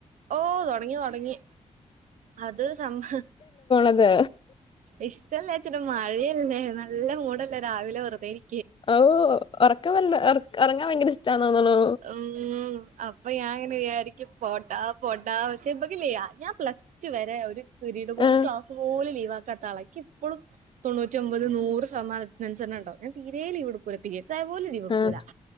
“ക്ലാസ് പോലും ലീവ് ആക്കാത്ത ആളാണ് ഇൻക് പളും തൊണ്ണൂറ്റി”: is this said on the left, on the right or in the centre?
Right